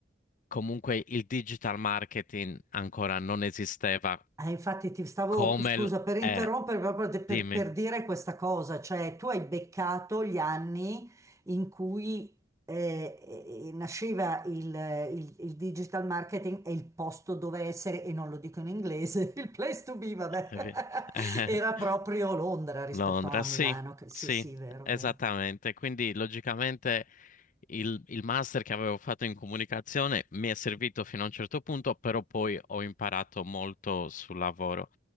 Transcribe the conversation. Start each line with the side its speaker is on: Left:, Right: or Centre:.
Left: comunque il digital marketing ancora non esisteva
Right: Eh, infatti ti stavo,
Left: come
Right: scusa
Left: l-
Right: per interrompere,
Left: è.
Right: proprio de- per,
Left: Dimmi.
Right: per dire questa cosa, cioè tu hai beccato gli anni in cui eh, eh, nasceva il, il- il digital marketing e il posto dove essere, e non lo dico in inglese, <laughs> il place to be, vabbè,
Left: Eh, vi- <laughs>
Right: <laughs> era proprio Londra rispetto
Left: Londra,
Right: a Milano,
Left: sì,
Right: che- sì
Left: sì,
Right: sì, vero,
Left: esattamente.
Right: vero.
Left: Quindi logicamente il, il master che avevo fatto in comunicazione mi è servito fino a un certo punto, però poi ho imparato molto sul lavoro.